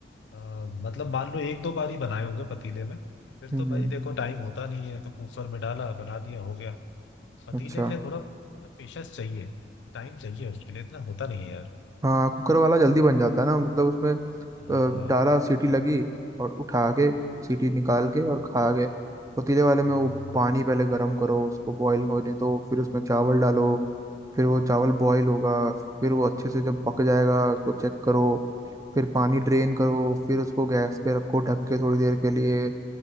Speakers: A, on the left; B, on the right.
A: आ, मतलब मान लो एक दो बार ही बनाए होंगे पतीले में फिर
B: हम्म
A: तो भाई देखो टाइम होता नहीं है तो कुकर में डाला बना दिया हो गया पतीले
B: अच्छा
A: के लिए थोड़ा ना पेशेंस चाहिए टाइम चाहिए उसके लिए इतना होता नहीं है यार
B: हाँ कुकर वाला जल्दी बन जाता है ना मतलब उसमें अ,
A: हाँ
B: डाला सीटी लगी और उठा के सीटी निकाल के और खा गए पतीले वाले में
A: हम्म
B: वो पानी पहले गर्म करो उसको बॉईल होने दो फिर उसमें चावल डालो फिर वो चावल बॉईल होगा फिर वो अच्छे से जब पक जाएगा उसको चेक करो फिर पानी ड्रेन करो फिर उसको गैस पे रखो ढक के थोड़ी देर के लिए